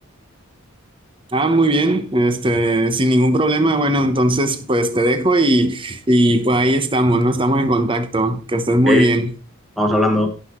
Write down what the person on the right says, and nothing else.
Ah, muy bien, este, sin ningún problema. Bueno, entonces pues te dejo y, y pues ahí estamos, ¿no? Estamos en contacto. Que estés
muy bien.